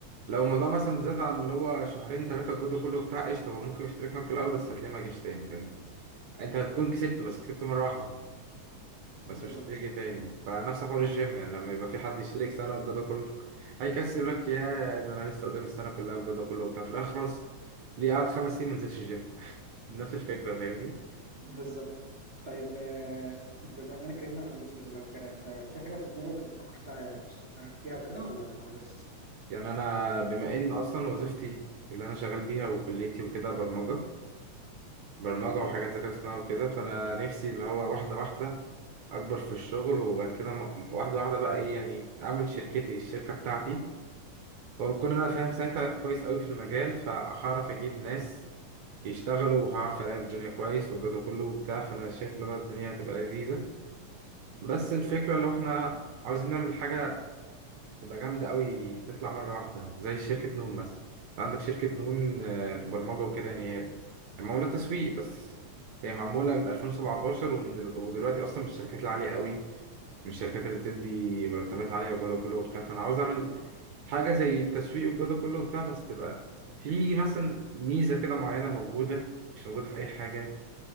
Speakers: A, on the right (about 70°); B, on the right (about 20°).
A: لو الموضوع مثلا زاد عن اللي هو شهرين ثلاثه الجد كله بتاع قشطه هو ممكن يشترك معاك في الاول بس هتلاقيه ما جاش تاني فاهم انت هتكون كسبته بس كسبته مره واحده بس
B: بالظبط
A: مش هتيجي تاني فنفس حوار الجيم يعني لما يبقى في حد يشترك سنة والجدول كله هيكسر لك يا ده انا لسه قدامي السنة كلها والجدول كله وبتاع في الآخر خلاص تلاقيه قاعد خمس سنين ما نزلش الجيم نفس الفكرة فاهمني
B: بالظبط طيب آه، بما اننا اتكلمنا عن البيزنس بقى وكده انت في حاجه في دماغك بتفكر تع- تشتغل فيها وكده ولا ولا لسه
A: يعني أنا بما إن أصلا وظيفتي اللي أنا شغال بيها وكليتي وكده برمجة برمجة
B: مم.
A: وحاجات ذكاء اصطناعي وكده فأنا نفسي اللي هو واحدة واحدة أكبر في الشغل وبعد كده م- واحدة واحدة بقى إيه يعني أعمل شركتي الشركة بتاعتي وبكون أنا فاهم ساعتها كويس أوي في المجال فهعرف أجيب ناس يشتغلوا وهعرف الاقي الدنيا كويس والجو ده كله وبتاع فانا شايف اللي هو الدنيا هتبقى لذيذه بس الفكره لو احنا عاوزين نعمل حاجه تبقى جامده قوي تطلع مره واحده زي شركه نون مثلا انت عندك شركه نون آه، برمجه وكده يعني
B: مم.
A: هي معموله تسويق بس هي معموله من 2017 ومن دل- ودلوقتي اصلا من الشركات العاليه قوي من الشركات اللي بتدي مرتبات عاليه والجو ده كله وبتاع فانا عاوز اعمل حاجه زي التسويق والجو ده كله وبتاع بس تبقى في مثلا ميزه كده معينه موجوده مش موجوده في اي حاجه